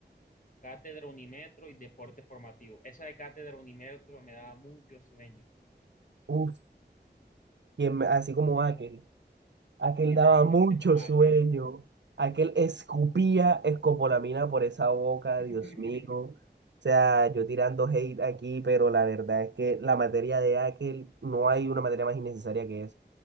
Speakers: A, on the left; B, on the right.
A: Cátedra Unimetro y Deporte Formativo. Esa de Cátedra Unimetro me daba mucho sueño,
B: Uf, y en- así como aquel. Aquel
A: literalmente
B: daba mucho
A: como
B: sueño.
A: aquel.
B: Aquel escupía escopolamina por esa boca,
A: <laughs>
B: Dios mío. O sea, yo tirando hate aquí, pero la verdad es que la materia de aquel no hay una materia más innecesaria que es.